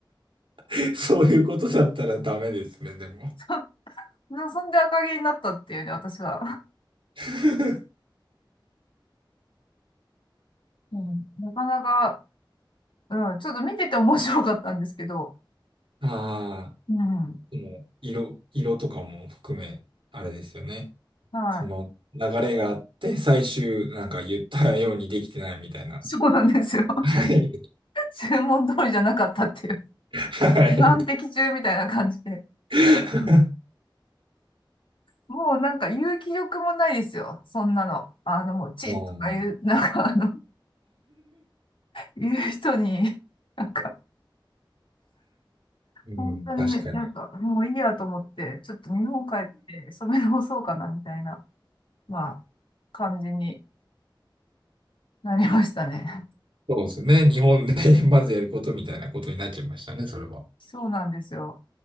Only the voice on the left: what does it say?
<laughs> そうそんで赤毛になったっていうね、私は。
うん、なかなか、うん、ちょっと見てて面白かったんですけど、
うん、
はい。
そうなんですよ。<laughs>
注文通りじゃなかったっていう。
難敵中みたいな感じで。
もうなんか言う気力もないですよ。そんなの。あの、もう、チッとか言う、
<laughs> なんかあの、言う人に、なんか、
本当に、
なんか、もういいやと思って、ちょっと日本帰って染め直そうかな、みたいな、まあ、感じになりましたね。
そうなんですよ。